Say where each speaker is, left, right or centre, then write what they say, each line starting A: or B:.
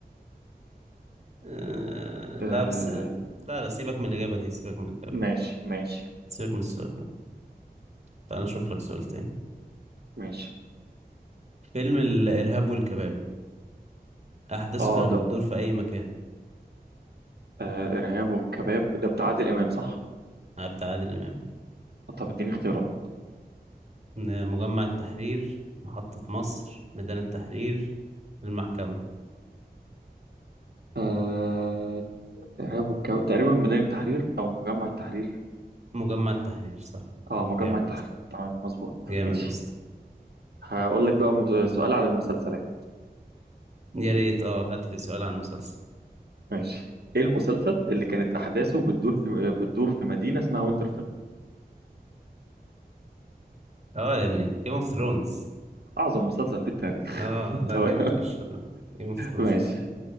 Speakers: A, on the right; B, on the right.
A: آه
B: آه
A: لا بس لا لا سيبك من الإجابة دي سيبك من الإجابة دي
B: ماشي ماشي
A: سيبك من السؤال ده تعال نشوف لك سؤال تاني
B: ماشي
A: فيلم الإرهاب والكباب أحداثه
B: اه
A: كانت
B: ده ب-
A: بتدور في أي مكان
B: آه ارهاب والكباب ده بتاع عادل امام صح
A: عبد عادل إمام
B: آه، طب اديني اختيارات
A: ن- مجمع التحرير محطة مصر ميدان التحرير المحكمة
B: آه ارهاب والكباب تقريبا ميدان التحرير او مجمع التحرير
A: مجمع التحرير صح
B: اه مجمع
A: جامد
B: التحرير تمام مظبوط
A: جامد
B: ماشي
A: يا اسطى
B: هقول لك بقى مس- سؤال على المسلسلات
A: يا ريت اه هات لي سؤال عن مسلسل
B: ماشي ايه المسلسل اللي كانت احداثه بتدور في بتدور في مدينه اسمها وينترفيل
A: اه يا ابني جيم اوف ثرونز
B: اعظم مسلسل في التاريخ <laughs>
A: اه لا
B: تمام
A: جامد فشخ ده جيم اوف ثرونز
B: ماشي
A: جامد